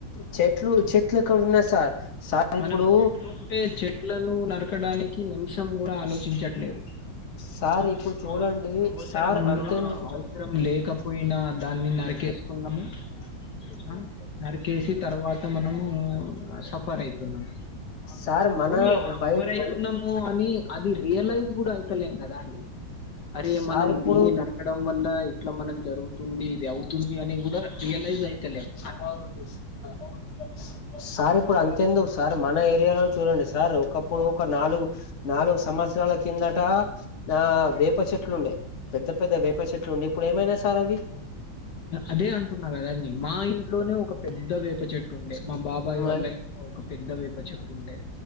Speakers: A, on the left; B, on the left.
A: చెట్లు చెట్లక్కడున్నై సార్ సార్
B: మనం
A: ఇప్పుడు
B: చెట్లు ఉంటే చెట్లను నరకడానికి నిమిషం కూడా ఆలోచించట్లేదు
A: సార్
B: అ
A: ఇప్పుడు చూడండి
B: అ అవసర
A: సార్
B: మున్న
A: అంతెందుకు
B: ఔ అవసరం లేకపోయినా దాన్ని నరికేస్తున్నము అ నరికేసి తర్వాత మనము సఫర్ అయితున్నాం
A: సార్ మన
B: పోని సఫర్
A: బయట్
B: అయితున్నాము అని అది రియలైజ్ కూడా అయితలేం కదా అండి అయ్యో <unintelligible> అరే
A: సార్
B: మనం
A: ఇప్పుడు
B: దీన్ని నరకడం వల్ల ఇట్ల మనం జరుగుతుంది ఇది అవుతుంది అని కూడా రియలైజ్ అయితలేము
A: <unintelligible> సార్ ఇప్పుడు అంతెందుకు సార్ మన ఏరియాలో చూడండి సార్ ఒకప్పుడు ఒక నాలుగు నాలుగు సంవత్సరాల కిందట నా వే వేప చెట్లు ఉండేయి పెద్ద పెద్ద వేప చెట్లు ఉండేయి ఇప్పుడు ఏమైనాయి సార్ అవి
B: అదే అంటున్నా కదా అండి మా ఇంట్లోనే ఒక పెద్ద వేప చెట్టు ఉండే మా బాబాయ్
A: మరి
B: వాళ్ళ ఇంట్లో ఒక పెద్ద వేప చెట్టు ఉండే